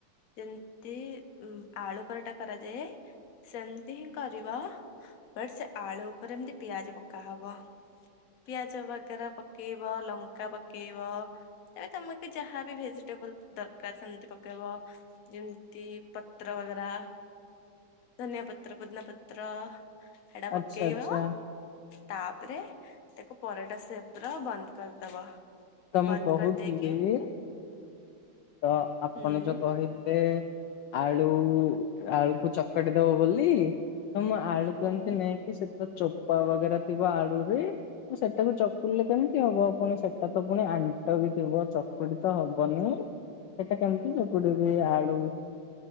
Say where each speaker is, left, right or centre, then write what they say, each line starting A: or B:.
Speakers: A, on the left; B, on the left.
A: ଯେମିତି ଉଁ ଆଳୁ ପରଟା କରାଯାଏ। ସେମତି ହିଁ କରିବ ବଟ ସେ ଆଳୁ ଉପରେ ଏମିତି ପିଆଜ ପକାହବ। ପିଆଜ ବଗେରା ପକେଇବ ଲଙ୍କା ପକେଇବ। ତେ ତମେକୁ ଯାହାବି ଭେଜିଟେବଲ ଦରକାର ସେମିତି ପକେଇବ। ଯେମିତି ପତ୍ର ବଗେରା ଧନିଆ ପତ୍ର ପୋଦିନା ପତ୍ର। ହେଟା
B: ଆଚ୍ଛା
A: ପକେଇବ
B: ଆଚ୍ଛା।
A: ତାପରେ ତାକୁ ପରଟା ସେପ ର ବନ୍ଦ କରିଦବ।
B: ତ ମୁଁ
A: ବନ୍ଦ
B: କହୁଥିଲି
A: କରିଦେଇକି
B: ତ ଆପଣ
A: ହୁଁ
B: ଯୋଉ କହିଲେ। ଆଳୁ ଆଳୁକୁ ଚକଟି ଦବ ବୋଲି ତ ମୁଁ ଆଳୁକୁ
A: ହୁଁ
B: ଏମିତି ନେଇ। କି ସେତ ଚୋପା ବଗେରା ଥିବା ଆଳୁରେ ତ ସେଟାକୁ ଚକୁଡିଲେ କେମିତି ହବ ଆପଣ ସ ସେଟା ତ ପୁଣି ଆଣ୍ଟ ବି ଥିବ ଚକୁଡି ତ ହବନି। ସେଇଟା କେମିତି ଚକୁଡିବି ଆଳୁ।